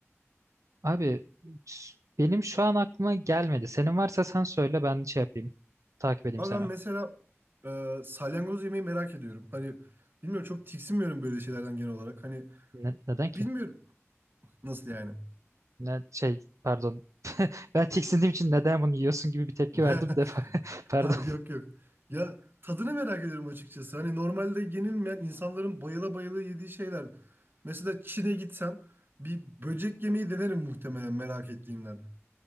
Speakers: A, on the right (about 85°); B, on the right (about 45°).
A: Abi s- benim şu an aklıma gelmedi. Senin varsa sen söyle ben şey yapayım. Takip edeyim
B: Ama
A: seni.
B: ben mesela e, salyangoz yemeği merak ediyorum. Hani bilmiyorum çok tiksinmiyorum böyle şeylerden genel olarak. Hani
A: Ne- neden ki?
B: bilmiyorum nasıl yani.
A: Ne şey pardon. Ben tiksindiğim için neden bunu yiyorsun gibi bir tepki
B: <laughs>
A: verdim defa. <laughs> Pardon.
B: Ha, yok yok. Ya tadını merak ediyorum açıkçası. Hani normalde yenilmeyen insanların bayıla bayıla yediği şeyler. Mesela Çin'e gitsem bir böcek yemeği denerim muhtemelen merak ettiğimden.